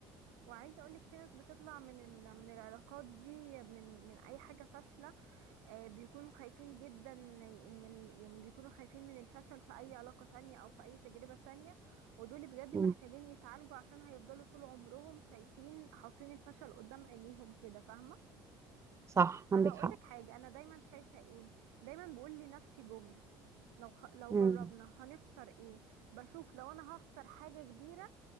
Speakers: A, on the right (about 80°); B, on the right (about 25°).
A: وعايزه اقولك في ناس بتطلع من ال... من العلاقات دي من من اي حاجه فاشله آه، بيكونوا خايفين جدا ان ال... يعني بيكونوا خايفين من الفشل في اي علاقه تانية او في اي تجربه تانية ودول بجد
B: امم
A: محتاجين يتعالجوا عشان هيفضلوا طول عمرهم شايفين حاطين الفشل قدام عينيهم كده فاهمه
B: صح
A: انا
B: عندك
A: هقولك
B: حق
A: حاجه انا دايما شايفه ايه دايما بقول لنفسي جمله لو خ... لو
B: امم
A: جربنا هنخسر ايه بشوف لو انا هخسر حاجه كبيره